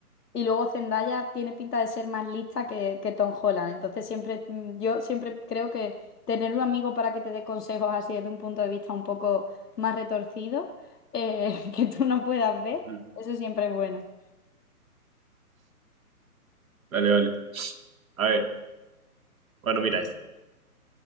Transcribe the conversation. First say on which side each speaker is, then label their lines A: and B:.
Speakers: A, on the left; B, on the right.
A: Y luego Zendaya tiene pinta de ser más lista que, que Tom Holland, entonces siempre, mm, yo siempre creo que tener un amigo para que te dé consejos así desde un punto de vista un poco más retorcido, eh, <laughs> que tú no puedas ver,
B: Ujú.
A: eso siempre es bueno.
B: Vale, vale. A ver, bueno, mira esta.